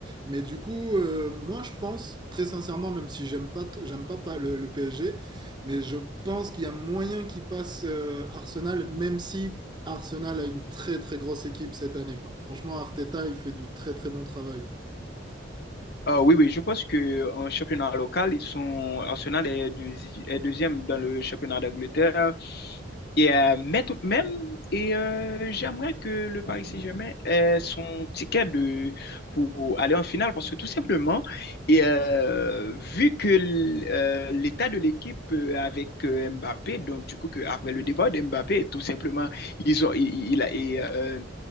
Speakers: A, on the right; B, on the left.
A: Mais du coup, euh, moi je pense très sincèrement, même si j'aime pas t- j'aime pas, pas le, le PSG, mais je pense qu'il y a moyen qu'il passe euh, Arsenal, même si Arsenal a une très très grosse équipe cette année quoi. Franchement, Arteta il fait du très très bon travail.
B: Ah oui, oui, je pense que en championnat local, ils sont Arsenal est, deuxi- est deuxième dans le championnat d'Angleterre. Et, euh, mais tout de même, et euh, j'aimerais que le Paris Saint-Germain ait son ticket de, pour aller en finale parce que tout simplement, et, euh, vu que l- euh, l'état de l'équipe euh, avec euh, Mbappé, donc du coup, que après le départ de Mbappé, tout simplement, ils ont, il, il- il a, et, euh,